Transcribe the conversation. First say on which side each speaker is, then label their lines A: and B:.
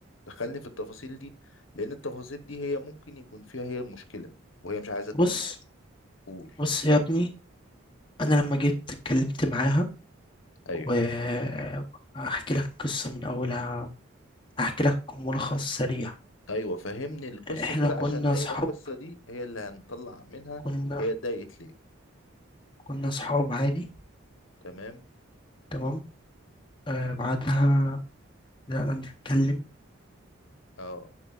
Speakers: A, on the left (about 70°); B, on the left (about 25°).
A: دخلني في التفاصيل دي لان التفاصيل دي هي ممكن يكون فيها هي المشكله وهي مش عايزه تقول
B: بص
A: قول
B: بص يا ابني انا لما جيت اتكلمت معاها
A: ايوه
B: وهحكي لك قصة من اولها هحكي لك ملخص سريع
A: ايوه فهمني القصه
B: احنا
A: كده
B: كنا
A: عشان هي
B: صحاب
A: القصه دي هي اللي هنطلع منها
B: كنا
A: هي اتضايقت ليه
B: كنا صحاب عادي
A: تمام
B: تمام آه بعدها بدأنا نتكلم
A: اه